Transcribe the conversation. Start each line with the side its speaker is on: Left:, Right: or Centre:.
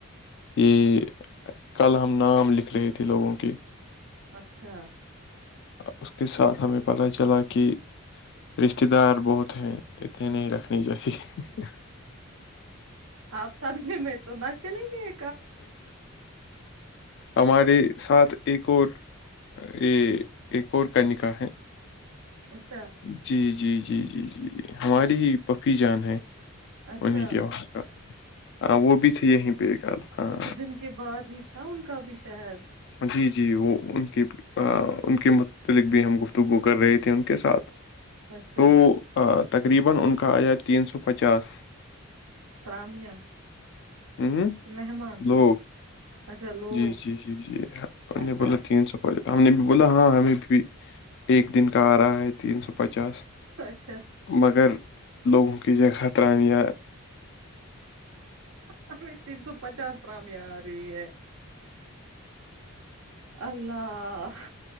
Left: یہ کل ہم نام لکھ رہے تھے لوگوں کے
Right: اچھا
Left: اس کے ساتھ ہمیں پتہ چلا کہ رشتے دار بہت ہیں اتنے نہیں رکھنی چاہیے
Right: آپ سدمی میں تو نہ چلیں گے
Left: ہمارے سات ایک اور یہ ایک اور کا نکاح ہے
Right: اچھا
Left: جی جی جی جی جیی ہماری ہی پفی جان ہے
Right: اچھا
Left: انہیں کے وہاں ہاں وہ بھی تھی یہیں پہ کال ہاں
Right: کچھ دن کے بعد ہی تھا ان کا بھی شاید
Left: جی جی وہ ان کی ان کے متعلق بھی ہم گفتگو کر رہے تھے ان کے ساتھ
Right: اچھا
Left: تو تقریبا ان کا آیا تین سو پچاس
Right: کرامیہ
Left: ہ
Right: کہ مہمان
Left: لوگ
Right: اچھا لوگ
Left: جی جی جی جی
Right: اچھا
Left: بولے تین سو ہم نے بھی بولا ہاں ہمیں بھی ایک دن کا آ رہا ہے تین سو پچاس
Right: اچھا
Left: مگر لوگوں کی جگہ طرانیہ
Right: ابھی تین سو پچاس رام یہ آ رہی ہے اللہ